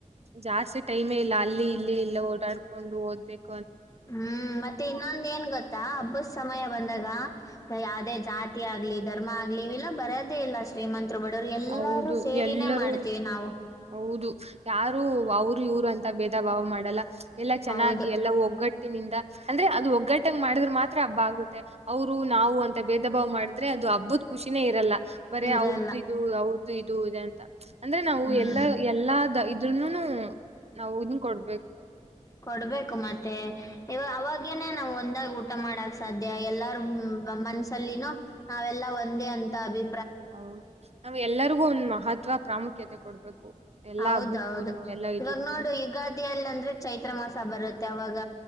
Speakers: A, on the right; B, on the left.
A: ಜಾಸ್ತಿ ಟೈಮೇ ಇಲ್ಲ ಅಲ್ಲಿ ಇಲ್ಲಿ ಎಲ್ಲ ಓಡಾಡ್ಕೊಂಡು ಓದಬೇಕು
B: ಹ್ಮ್ ಮತ್ತೆ ಇನ್ನೊಂದ ಏನ್ ಗೊತ್ತಾ ಹಬ್ಬದ ಸಮಯ ಬಂದಾಗ ಯಾವದೇ ಜಾತಿ ಆಗ್ಲಿ ಧರ್ಮ ಆಗ್ಲಿ ಇವೆಲ್ಲ ಬರೋದೇ ಇಲ್ಲಷ್ಟ ಶ್ರೀಮಂತರು ಬಡವರು ಎಲ್ಲಾರೂ
A: ಹೌದು
B: ಸೇರಿನೇ
A: ಎಲ್ಲರೂ
B: ಮಾಡ್ತೀವಿ ನಾವು
A: ಹೌದು ಯಾರು ಅವರು ಇವ್ರು ಅಂತ ಭೇದ ಭಾವ ಮಾಡ ಲಾ ಎಲ್ಲ ಚೆನ್ನಾಗಿ
B: ಹೌದು
A: ಎಲ್ಲ ಒಗ್ಗಟ್ಟಿನಿಂದ ಅಂದ್ರೆ ಅದು ಒಗ್ಗಟ್ಟಂಗ ಮಾಡಿದ್ರ ಮಾತ್ರ ಹಬ್ಬ ಆಗುತ್ತೆ ಅವರು ನಾವು ಅಂತ ಭೇದ ಭಾವ್ ಮಾಡಿದ್ರೆ ಅದು ಹಬ್ಬದ ಖುಷಿನೇ ಇರಲ್ಲ ಬರೇ
B: ಇರಲ್ಲ
A: ಅವ ಇದು ಅವ್ರದುು ಇದು ಇದೆ ಅಂತ ಅಂದ್ರೆ ನಾವು
B: ಹ್ಮ್
A: ಎಲ್ಲಾ ಎಲ್ಲ ಇದ್ರನುನು ನಾವು ಇದನ್ ಕೊಡ್ಬೇಕು
B: ಕೊಡ್ಬೇಕು ಮತ್ತೆ ಇವ ಅವಾಗೇನೆೇ ನಾವ ಒಂದಾಗ ಊಟ ಮಾಡಕ್ ಸಾಧ್ಯ ಎಲ್ಲಾರೂ ಮನ್ಸಲ್ಲಿನು ನಾವೆಲ್ಲಾ ಒಂದೇ ಅಂತ ಅಭಿ
A: ಹೌದು ನಾವ್ ಎಲ್ಲರಿಗೂ ಒಂದ್ ಮಹತ್ವ ಪ್ರಾಮುಖ್ಯತೆ ಕೊಡ್ಬೇಕು ಎಲ್ಲಾ
B: ಹೌದೌದು
A: ಹಬ್ಬಕ್ಕೂನು ಎಲ್ಲಾ
B: ಇವಾಗ
A: ಇದಕ್ಕೂನು
B: ನೋಡು ಯುಗಾದಿಯಲ್ಲಿ ಅಂದ್ರೆ ಚೈತ್ರ ಮಾಸ ಬರುತ್ತ ಅವಾಗ